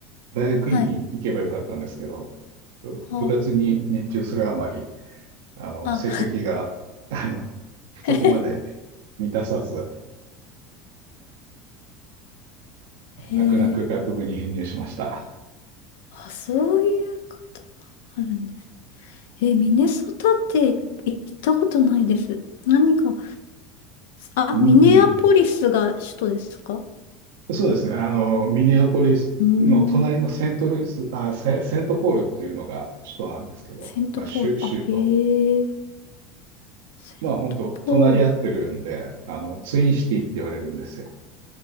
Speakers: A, on the right; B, on the left.
A: 大学院に行けばよかったんですけど、
B: はい。ほう。
A: 部活に熱中するあまり、あの、
B: あ、
A: 成績が、あの、そこまで
B: <laughs>
A: 満たさず、
B: へえ。
A: 泣く泣く学部に編入しました。
B: あ、そういうことがあるんですね。えーミネソタって行ったことないです。何か、あ、
A: うん。
B: ミネアポリスが首都ですか
A: そうですね。あの、ミネアポリスの隣のセントルイス、
B: うーん、
A: あ、セ、セントポールっていうのが首都なんですけど、
B: セントポール。
A: まあ、州、州都。
B: あ、へえ、セントポール。
A: まあ、本当隣り合ってるんで、あの、ツインシティって言われるんですよ。